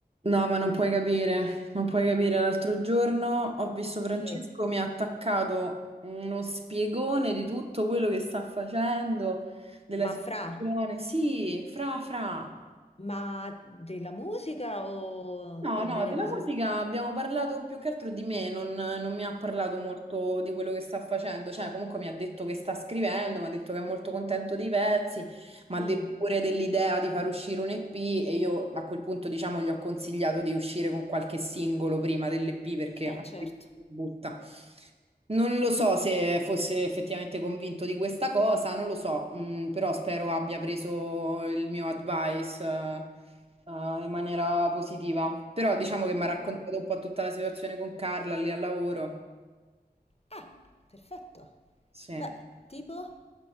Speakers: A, on the right (about 35°); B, on the left (about 40°).
A: No, ma non puoi capire, non puoi capire. L'altro giorno ho visto Francesco,
B: Che-
A: mi ha attaccato uno spiegone di tutto quello che sta facendo, della
B: ma
A: situazione.
B: fra,
A: Sì, fra, fra.
B: ma della musica o,
A: No,
B: o
A: no,
B: delle
A: della
B: cose?
A: musica abbiamo parlato più che altro di me, non, non mi ha parlato molto di quello che sta facendo, cioè comunque mi ha detto che sta scrivendo, mi ha detto che è molto contento dei pezzi, mi
B: Mm,
A: ha detto pure dell'idea di far uscire un EP e io a quel punto diciamo gli ho consigliato di uscire con qualche singolo prima dell'EP perché altrimenti
B: Eh certo.
A: lo butta. Non lo so se fosse effettivamente convinto di questa cosa, non lo so, mm, però spero abbia preso il mio advice, eh, eh, in maniera positiva. Però diciamo che mi ha raccontato
B: Ma...
A: un po' tutta la situazione con Carla lì al lavoro.
B: Ah, perfetto.
A: Sì.
B: Beh, tipo...